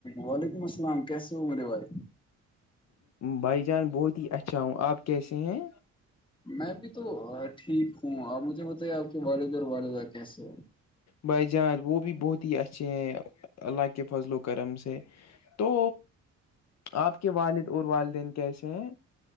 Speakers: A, on the left (about 15°); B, on the left (about 60°).
A: وعلیکم السلام کیسے ہو میرے بھائی
B: بھائی جان بہت ہی اچھا ہوں آپ کیسے ہیں
A: میں بھی تو ٹھیک ہوں آپ مجھے بتائیے آپ کے والدہ اور والدہ کیسے ہیں
B: بھائی جان وہ بھی بہت ہی اچھے ہیں اللہ کے فضل و کرم سے تو آپ کے والد اور والدین کیسے ہیں